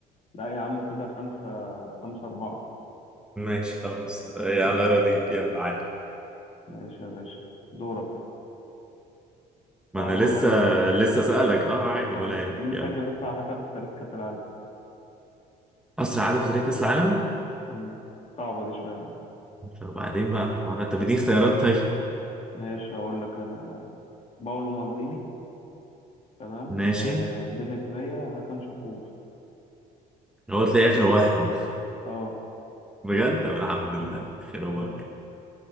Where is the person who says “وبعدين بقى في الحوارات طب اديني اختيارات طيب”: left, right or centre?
Centre